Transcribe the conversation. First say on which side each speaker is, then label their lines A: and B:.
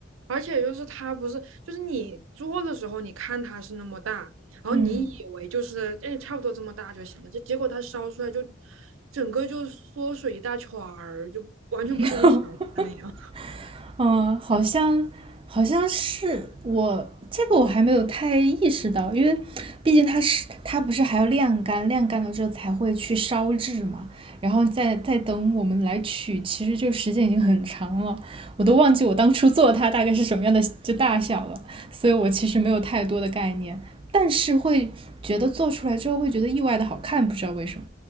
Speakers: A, on the right; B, on the right.
A: 而且就是它不是就是你做的时候，你看它是那么大，然后你以为就是哎差不多这么大就行了，
B: 嗯，
A: 这结果它烧出来就整个就缩水一大圈儿，就完全不是你想的那样。
B: <laughs> 嗯，好像好像是我这个我还没有太意识到，因为毕竟它是它不是还要晾干，晾干了之后才会去烧制嘛，然后再再等我们来取，其实就时间已经很长了，我都忘记我当初做它大概是什么样的就大小了，所以我其实没有太多的概念，但是会觉得做出来之后会觉得意外的好看，不知道为什么。